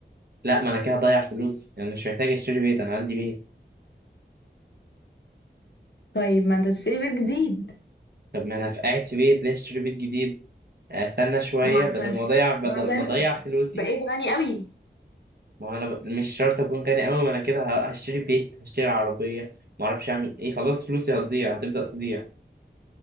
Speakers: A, on the right (about 60°); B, on the left (about 75°).
A: لا ما انا كده هضيع فلوس يعني مش محتاج اشتري بيت انا عندي بيت
B: طيب ما انت تشتري بيت جديد
A: طب ما انا في قاعد في بيت ليه اشتري بيت جديد آه، استنى شويه
B: ما عشان
A: بدل ما اضيع بدل
B: ما عشان
A: ما اضيع
B: انت
A: فلوسي
B: بقيت غني قوي
A: ما هو انا ب- مش شرط اكون غني قوي ما انا كده ه- هشتري بيت هشتري عربيه ما اعرفش اعمل ايه خلاص فلوسي هتضيع هتبدا تضيع